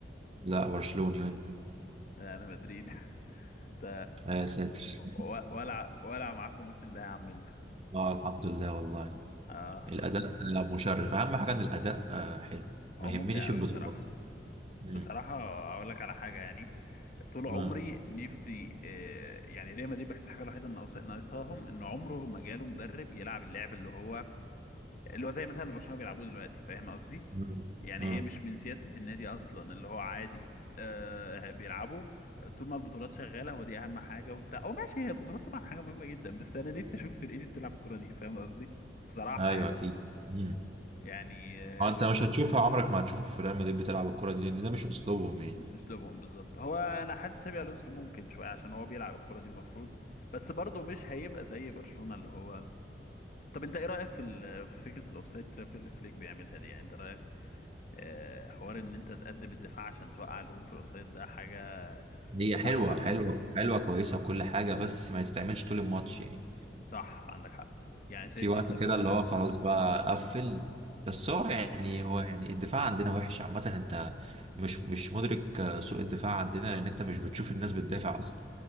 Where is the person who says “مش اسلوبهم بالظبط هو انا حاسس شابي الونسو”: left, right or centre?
Left